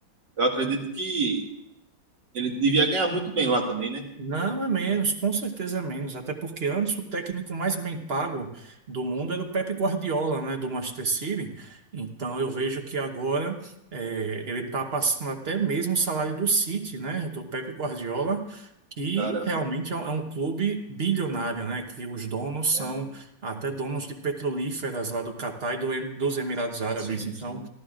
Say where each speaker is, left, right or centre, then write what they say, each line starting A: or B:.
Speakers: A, on the right; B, on the right.
A: eu acredito que ele devia ganhar muito bem lá também, né?
B: Não, é menos, com certeza é menos, até porque antes o técnico mais bem pago do mundo era o Pep Guardiola, né, do Manchester City. Então eu vejo que agora eh, ele está passando até mesmo o salário do City, né, do Pep Guardiola, que
A: Caramba.
B: realmente é um, é um clube bilionário, né, que os donos
A: É,
B: são até donos de petrolíferas lá do Catar e do Em- dos Emirados Árabes.
A: sim,
B: Então
A: sim,